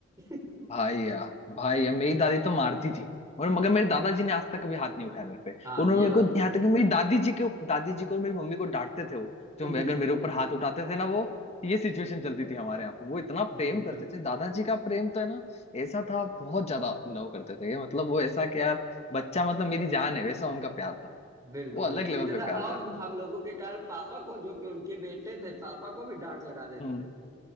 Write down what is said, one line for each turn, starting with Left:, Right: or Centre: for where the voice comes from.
Right: <laughs>
Left: भाई यार भाई यार मेरी दादी तो मारती थी और मगर मेरे दादाजी ने आज तक कभी हाथ नहीं उठाया मेरे पे
Right: हाँ
Left: उन्होंने
Right: ये
Left: मेरे
Right: बात
Left: को
Right: तो
Left: यहाँ
Right: है
Left: तक कि मेरी दादी जी के दादी जी को और मेरी मम्मी को डांटते थे वो जो मैं-
Right: बिल्कुल
Left: अगर मेरे ऊपर
Right: बिल्कुल
Left: हाथ उठाते थे ना वो ये सिचुएशन चलती थी हमारे यहाँ पे वो इतना प्रेम
Right: बिल्कुल
Left: करते थे दादाजी का प्रेम तो है ना ऐसा था बहुत ज्यादा लव करते थे ये मतलब वो ऐसा कि यार बच्चा मतलब मेरी जान है वैसा उनका प्यार था
Right: बिल्कुल
Left: वो अलग लेवल
Right: इतना
Left: पे प्यार
Right: और हम लोगों के कारण पापा को जो कि उनके बेटे थे पापा को भी डांट लगा देते
Left: था
Right: थे